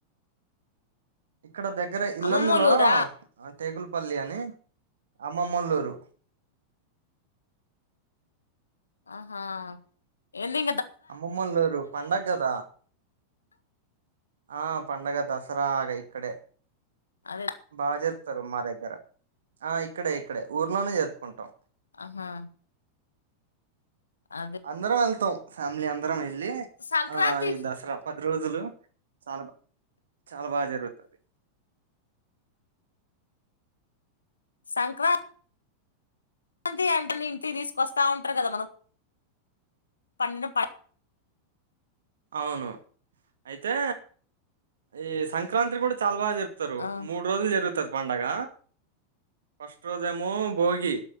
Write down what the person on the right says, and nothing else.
ఇక్కడ దగ్గరే ఇల్లందులో
టేకులపల్లి అని అమ్మమల్లూరు
అమ్మమ్మల్లూరు పండగదా ఆ పండగ దసరాగ ఇక్కడే
బాజర్ వస్తారు మా దగ్గర ఆ ఇక్కడే ఇక్కడే ఊర్లోనే జరుపుకుంటాం
అందరం వెళ్ త్త ఫ్యామిలీ అందరం వెళ్ళి
ఆ ఈ దసరా ప పది రోజులు చాలా బా చాలా బాగా జరుగుతది
అవును అయితే ఈ సంక్రాంతి కూడా చాలా బాగా జరుగు
మూడు రోజులు జరుగుత పండగ ఫస్ట్ రోజేఏమో భోగి